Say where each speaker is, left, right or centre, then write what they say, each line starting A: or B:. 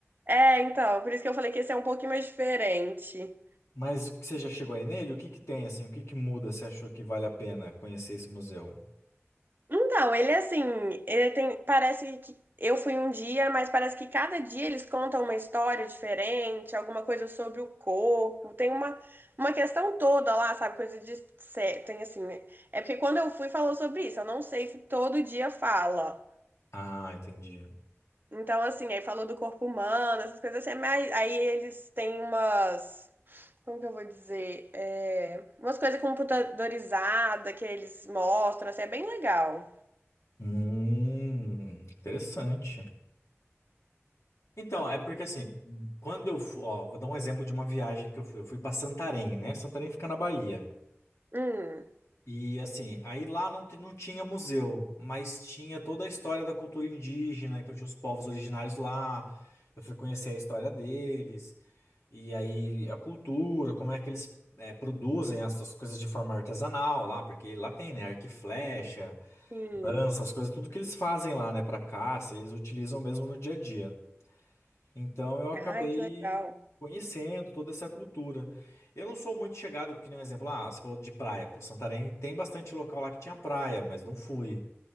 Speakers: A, on the right; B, on the left.
A: é, então, por isso que eu falei que esse é um pouquinho mais diferente.
B: Mas você já chegou aí nele? O que que tem, assim? O que que muda? Você achou que vale a pena conhecer esse museu?
A: Então, ele é assim, ele tem, parece que eu fui um dia, mas parece que cada dia eles contam uma história diferente, alguma coisa sobre o corpo, tem uma, uma questão toda lá, sabe, coisa de, sé- tem assim, né? é porque quando eu fui falou sobre isso, eu não sei se todo dia fala.
B: Ah, entendi.
A: Então, assim, aí falou do corpo humano, essas coisas assim, mas aí eles têm umas. Como que eu vou dizer? É, umas coisas computadorizadas que eles mostram, assim, é bem legal.
B: Hum, interessante. Então, é porque assim, quando eu fui, ó, vou dar um exemplo de uma viagem que eu fui. Eu fui para Santarém, né? Santarém fica na Bahia.
A: Hum,
B: E assim, aí lá não, te- não tinha museu, mas tinha toda a história da cultura indígena, então tinha os povos originários lá. Eu fui conhecer a história deles. E aí a cultura, como é que eles eh, produzem essas coisas de forma artesanal lá, porque lá tem, né, arco e flecha,
A: sim.
B: lança, as coisas, tudo que eles fazem lá, né, pra caça, eles utilizam mesmo no dia a dia. Então eu acabei
A: Ai, que legal.
B: conhecendo toda essa cultura. Eu não sou muito chegado, que nem um exemplo, ah, você falou de praia, pô, Santarém tem bastante local lá que tinha praia, mas não fui.